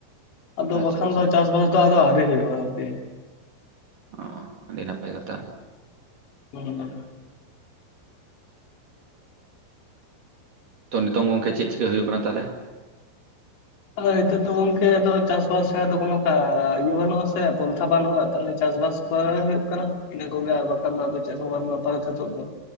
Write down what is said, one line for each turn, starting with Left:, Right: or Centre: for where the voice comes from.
Left: ᱟᱫᱚ
Right: ᱟᱪᱪᱷᱟ
Left: ᱵᱟᱠᱷᱟᱱ
Right: ᱟᱪᱪᱷᱟ
Left: ᱫᱚ ᱪᱟᱥᱵᱟᱥ ᱫᱚ ᱟᱫᱚ ᱟᱹᱣᱨᱤ ᱦᱩᱭᱩᱜᱼᱟ᱾ ᱮᱼᱼ
Right: ᱚ ᱟᱹᱰᱤ ᱱᱟᱯᱟᱭ ᱠᱟᱛᱷᱟ᱾
Left: ᱦᱮᱸ
Right: ᱛᱚ ᱱᱤᱛᱚᱝ ᱜᱚᱝᱠᱮ ᱪᱮᱫ ᱪᱮᱠᱟ ᱦᱩᱭᱩᱜ ᱠᱟᱱᱟ ᱛᱟᱦᱞᱮ?
Left: ᱟᱫᱚ ᱱᱤᱛᱚᱜ ᱫᱚ ᱜᱚᱝᱠᱮ ᱪᱟᱥ ᱵᱟᱥ ᱫᱚ ᱵᱟᱹᱱᱩᱜ-ᱟ ᱤᱭᱟᱹ ᱵᱟᱹᱱᱩᱜ ᱟ ᱥᱮ ᱯᱚᱱᱛᱷᱟ ᱵᱟᱹᱱᱩᱜᱼᱟ ᱛᱟᱦᱞᱮ ᱪᱟᱥ ᱵᱟᱥ᱾ ᱦᱩᱭᱩᱜ ᱠᱟᱱᱟ ᱤᱱᱟᱹ ᱠᱚᱜᱮ ᱟᱨ ᱵᱟᱠᱷᱟᱱ ᱫᱚ ᱪᱮᱫ ᱦᱚᱸ ᱵᱟᱝᱯᱟᱨ ᱫᱚ᱾